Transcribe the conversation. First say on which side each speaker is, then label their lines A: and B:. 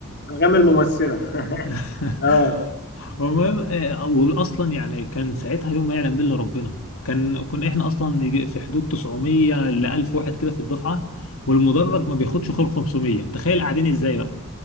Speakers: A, on the left (about 50°); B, on the left (about 65°).
A: انغام الممثله <laughs>
B: <laughs>
A: اه
B: المهم آه، واصلا يعني كان ساعتها يوم ما يعلم بالله ربنا كان كنا احنا اصلا يجي في حدود 900 ل 1000 واحد كده في الدفعه والمدرج ما بياخدش غير 500 تخيل قاعدين ازاي بقى